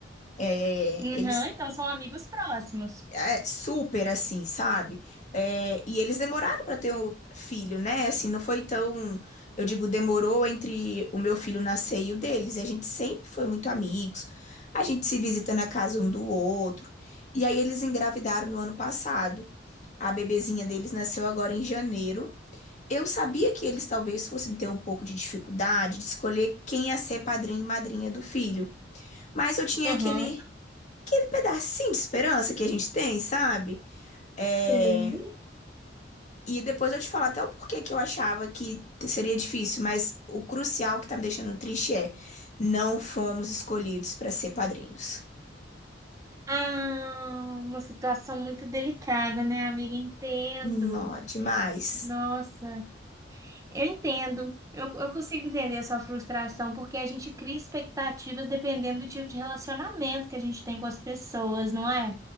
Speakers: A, on the left; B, on the right.
A: É,
B: Uhum,
A: eles
B: então são amigos próximos.
A: É, super assim, sabe? É, e eles demoraram pra ter um filho, né? Assim, não foi tão. Eu digo, demorou entre o meu filho nascer e o deles. E a gente sempre foi muito amigos. A gente se visita na casa um do outro. E aí eles engravidaram no ano passado. A bebezinha deles nasceu agora em janeiro. Eu sabia que eles talvez fossem ter um pouco de dificuldade de escolher quem ia ser padrinho e madrinha do filho. Mas eu tinha
B: Uhum.
A: aquele, aquele pedacinho de esperança que a gente tem, sabe?
B: Sei.
A: É, E depois eu te falo até o porquê que eu achava que te- seria difícil, mas o crucial que tá me deixando triste é não fomos escolhidos para ser padrinhos.
B: Ah, uma situação muito delicada, né, amiga? Entendo.
A: Nó, demais.
B: Nossa, eu entendo. Eu, eu consigo entender a sua frustração, porque a gente cria expectativas dependendo do tipo de relacionamento que a gente tem com as pessoas, não é?